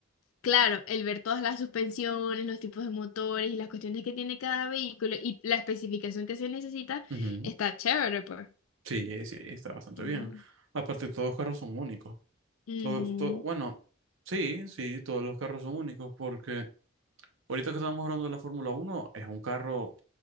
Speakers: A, on the left; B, on the right.
A: claro, el ver todas las suspensiones, los tipos de motores y las cuestiones que tiene cada vehículo y la especificación que se necesita
B: Ujú.
A: está chévere, pues.
B: Sí, sí, está bastante
A: Ujú.
B: bien. Aparte, todos los carros son únicos. Todo-
A: Ujú.
B: todo- bueno, sí, sí, todos los carros son únicos porque ahorita que estamos hablando de la Fórmula Uno es un carro